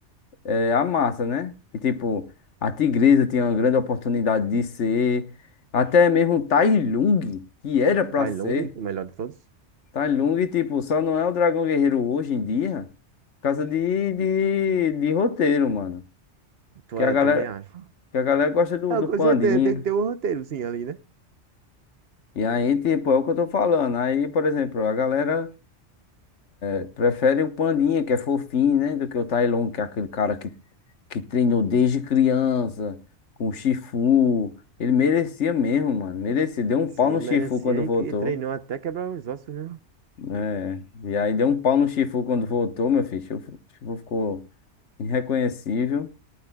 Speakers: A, on the left (about 75°); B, on the right (about 60°).
A: é, amassa, né? E tipo, a tigresa tinha uma grande oportunidade de ser. Até mesmo o Tai Lung, que era pra
B: Tai
A: ser.
B: Lung, o melhor de todos?
A: Tai Lung, tipo, só não é o dragão guerreiro hoje em dia. Por causa de, de, de roteiro, mano.
B: Tu
A: Que
B: é,
A: a galera,
B: também acho.
A: que a galera gosta do,
B: É,
A: do
B: com
A: pandinha.
B: certeza, tem que ter um roteiro, sim, ali, né?
A: E aí, tipo, é o que eu tô falando. Aí, por exemplo, a galera eh, prefere o Pandinha, que é fofinho, né? Do que o Tai Lung, que é aquele cara que, que treinou desde criança, com o Shifu. Ele merecia mesmo, mano. Merecia. Deu um pau
B: Sim, ele
A: no Shifu
B: merecia
A: quando voltou,
B: e, e treinou até quebrar os ossos, né?
A: né? E aí deu um pau no Shifu quando voltou, meu filho. Shifu Shifu ficou irreconhecível.